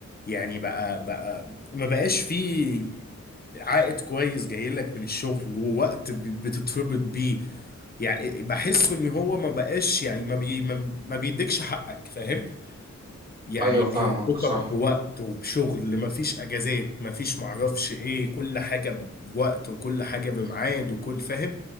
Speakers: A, on the left; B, on the right.
A: يعني بقى بقى ما بقاش في عائد كويس جاي لك من الشغل ووقت ب- بتتربط بيه يعني بحسه ان هو ما بقاش يعني ما بي ما ما بيديكش حقك فاهم يعني
B: ايوه فاهمك
A: بيربطك
B: صح
A: بوقت وبشغل ما فيش اجازات ما فيش معرفش ايه كل حاجة بوقت وكل حاجة بميعاد وكل فاهم